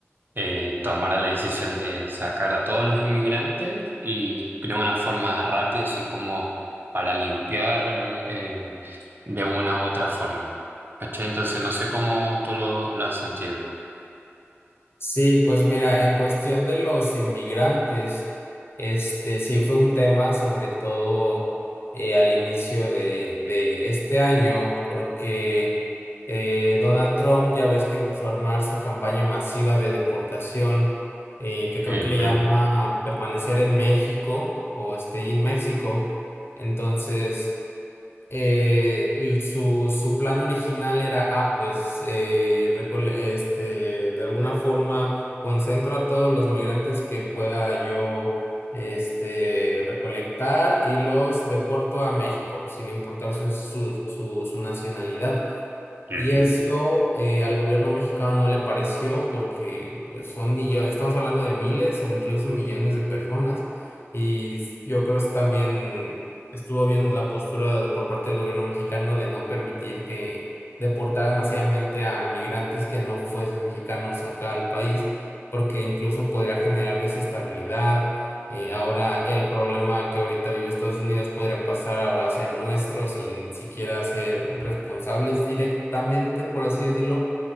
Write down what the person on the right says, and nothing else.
eh, tomara la decisión de sacar a todos los inmigrantes y de una forma rápida, así como para limpiar eh, de una u otra forma. ¿Cachai? Entonces, no sé cómo tú lo, lo has sentido.
Ujú,
ujú.